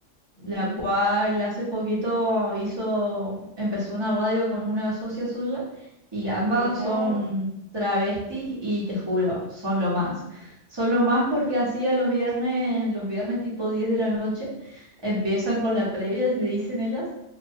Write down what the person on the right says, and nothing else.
la cual hace poquito hizo, empezó una radio con una socia suya y ambas
son travestis y te juro, son lo más. Son lo más porque así a los viernes, los viernes tipo 10 de la noche, empiezan con la previa, le dicen ellas.